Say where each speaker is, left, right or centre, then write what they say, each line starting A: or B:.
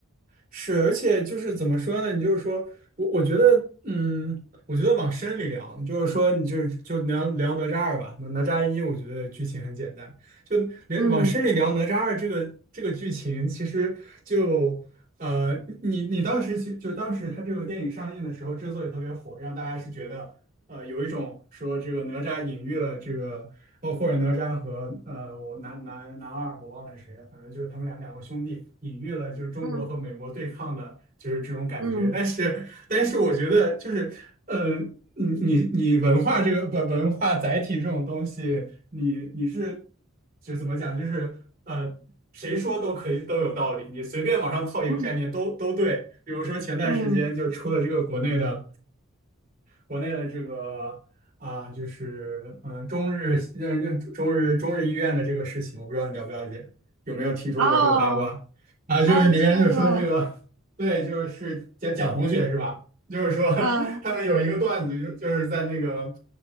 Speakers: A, on the right (about 40°); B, on the right (about 65°).
A: 是，而且就是怎么说呢？你就是说我，我觉得，嗯，我觉得往深里聊，就是说，你就是就聊聊哪吒二吧。哪哪吒一，我觉得剧情很简单，就聊往深里聊哪吒二这个这个剧情，
B: 嗯
A: 其实就呃，你你当时其就当时它这个电影上映的时候，之所以特别火，让大家是觉得呃有一种说这个哪吒隐喻了这个。哦，或者哪吒和呃，我男男男二，我忘了谁了，反正就是他们两两个兄弟，隐喻了就是中国和美国对抗的，
B: 嗯
A: 就是这种感觉。
B: 嗯
A: 但是，但是我觉得就是，呃，你你你文化这个文文化载体这种东西，你你是就怎么讲，就是呃，谁说都可以都有道理，你随便往上套一个概念都都对。
B: 嗯
A: 比如说前段时间就出了这个国内的。
B: 嗯，
A: 国内的这个啊，就是嗯，中日呃中日中日医院的这个事情，我不知道你了不了解，有没有听说过这个八卦啊？
B: 哦，
A: 就是里面就是说这个，
B: 嗯，听说了，
A: 对，就是蒋蒋同学是吧？就是说
B: 嗯
A: <laughs> 他们有一个段子，就就是在那个